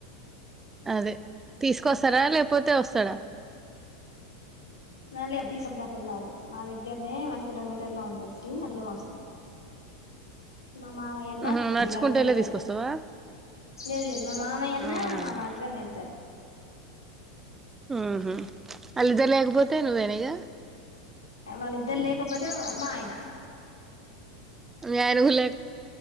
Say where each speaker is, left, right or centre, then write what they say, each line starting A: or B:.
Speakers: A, on the right (about 15°); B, on the left (about 80°).
A: అదే తీసుకొస్తరా లేకపోతే వస్తరా
B: వ్యాన్ లేదు తీసుకొత్తానికి వెళ్ళాలి మా దగ్గరనే వన్ కిలోమీటర్ లో ఉంటది సిటీ అందులో పంపిస్తాం. మా మామయ్య అన్న,
A: మ్మ్ హు
B: మర్ది
A: నడుచుకుంటూ
B: గారన్న
A: వెళ్ళి
B: ఎళ్తరు.
A: తీసుకొస్తావా
B: లేదు లేదు మా మామయ్యన్న
A: అవునా
B: మా మరిదన్న ఎళ్తరు.
A: ఊహు ఆల్లిద్దరు లేకపోతె నువ్వేనిగ
B: వాళ్ళిద్దరు లేకపోతే మా ఆయన
A: మీ ఆయన గూడ లే